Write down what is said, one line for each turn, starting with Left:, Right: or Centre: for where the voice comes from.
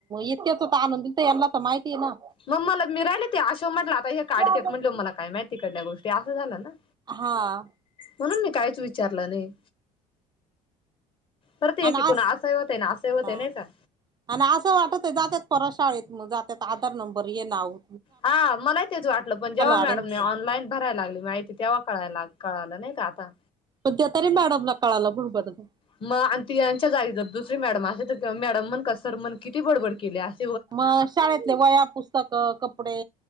Right: इतक्यांच आंणून देते त्यांनां तरं माहितीचं नां
Left: मंग मंला मी राहिले ते अशा म्हटलं आता हे
Right: स्वागतम
Left: काढतेतं म्हटलं मलां कायं माहिती इकडल्यां गोष्टीं असं झालं नां
Right: हां
Left: म्हणूंन मी काहींचं विचारलं नाहीं. परंत ये
Right: आणि
Left: की कोणं
Right: अस
Left: असंही होतं आहे नां असंही होतं
Right: हा
Left: आहे नाहीं कां
Right: आणि असं वाटतं आहे जात्यांत पोर शाळेंत मंग जात्यांत आधांर नंबर हे नांव
Left: हां मला ही तेचं वाटलं पणं जेंव्हा मॅडमने
Right: ऍडमिशन
Left: ऑनलांईन भरायलां लागली माहिती तेंव्हा कळांयला कळालं नाहीं कां आता
Right: तुमच्यां तरी मॅडमलां कळालं म्हणून बरं
Left: मंग आणि ती यांच्या जांगी जर दुसरी मॅडम असती तरं मॅडम म्हण कां सर म्हण किती बडबड केली असती.
Right: मंग शाळेतले वह्या, पुस्तकं, कपडे